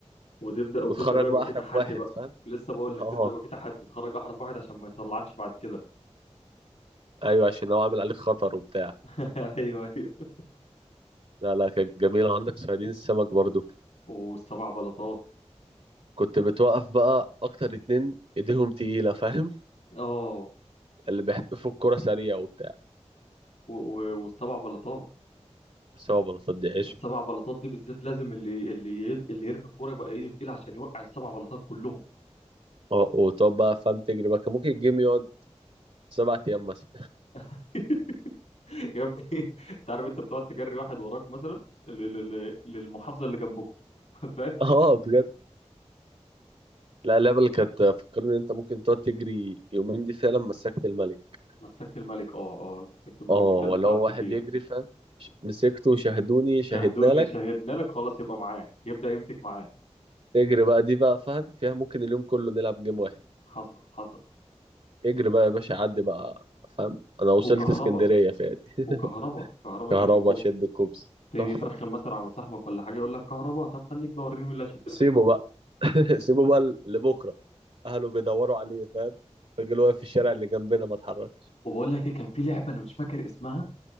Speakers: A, on the left; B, on the right.
A: وتبدا وتبدا
B: وتخرج
A: بقى
B: بقى
A: يبقى
B: أحرف
A: في تحدي
B: واحد
A: بقى
B: فاهم
A: لسه بقول
B: <laughs>
A: لك
B: اه
A: تبدا يبقى في تحدي تخرج احرف واحد عشان ما يطلعكش بعد كده
B: أيوة عشان لو عامل عليك خطر وبتاع
A: <laughs> ايوه ايوه
B: لا لا كانت جميلة عندك صيادين السمك برضو
A: والسبع بلاطات
B: كنت بتوقف بقى أكتر اتنين إيديهم تقيلة فاهم
A: اه
B: اللي بيحدفوا الكرة سريع وبتاع
A: و- و- والسبع بلاطات
B: بس هو ما بصدقش
A: السبع بلاطات دي بالذات لازم اللي اللي ي- اللي يرمي الكوره يبقى ايده تقيله عشان يوقع السبع بلاطات كلهم
B: وتقعد بقى فاهم تجري بقى كان ممكن الجيم يقعد سبع أيام مثلا
A: <laughs> يا ابني <laughs> انت عارف انت بتقعد تجري واحد وراك مثلا لل- لل- للمحافظه اللي جنبكم <laughs> فاهم
B: <laughs> اه بجد لا اللعبة اللي كانت فكرني إن أنت ممكن تقعد تجري يومين دي فعلا مسكت الملك
A: مسكت الملك اه اه مسكت الملك
B: اه
A: دي كانت
B: ولا
A: بتقعد
B: هو
A: كتير
B: واحد يجري فاهم ش- مسكته شاهدوني شاهدنا
A: شاهدوني
B: لك
A: شاهدنا لك خلاص يبقى معاه يبدا يمسك معاه
B: تجري بقى دي بقى فاهم فيها ممكن اليوم كله نلعب جيم واحد
A: حصل حصل
B: اجري بقى يا باشا عدي بقى فاهم أنا وصلت
A: وكهربا
B: اسكندرية فيها دي
A: وكهربا
B: <laughs>
A: كهربا
B: كهربا
A: شد الكوبس
B: شد الكوبس
A: تيجي
B: تحفة
A: ترخم مثلا على صاحبك ولا حاجه يقول لك كهربا طب خليك بقى وريني مين اللي هيشد لك
B: سيبه
A: الكوبس
B: بقى <laughs> سيبه بقى لبكرة أهله بيدوروا عليه فاهم الراجل واقف في الشارع اللي جنبنا ما اتحركش
A: وبقول لك ايه كان في لعبه انا مش فاكر اسمها